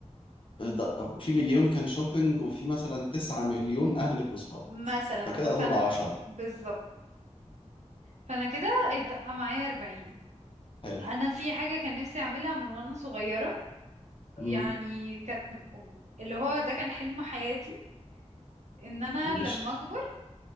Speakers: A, on the left; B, on the right.
A: ال- ده- في مليون كان شوبينج وفي مثلا تسعة مليون اهلك واصحابك
B: مثلا
A: فكده
B: مثلا فانا
A: دول عشرة
B: بالظبط فانا كده هيتبقى معايا اربعين
A: حلو
B: انا في حاجة كان نفسي اعملها من وانا صغيرة
A: امم
B: يعني كانت اللي هو ده كان حلم حياتي ان انا
A: ماشي
B: لما اكبر